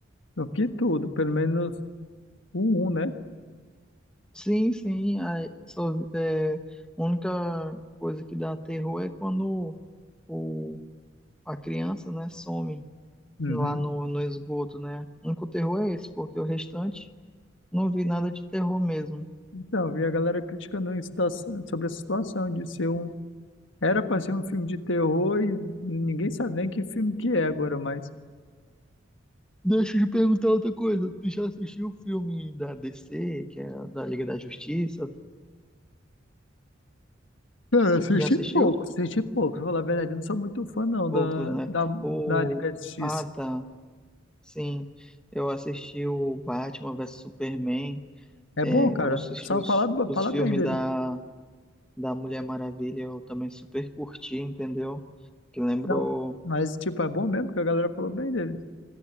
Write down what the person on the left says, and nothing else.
do que tudo, pelo menos o um né?
Uhum.
Então, eu vi a galera criticando em situação- sobre a situação de ser um. Era pra ser um filme de terror e ninguém sabe nem que filme que é agora, mas.
Cara, eu assisti
pouco. Assisti pouco, pra falar a verdade, eu não sou muito fã não
da,
da,
da Liga da Justiça.
É
bom, cara.
O pessoal
fala,
fala
bem dele.
Não, mas tipo, é bom mesmo porque a galera falou bem dele.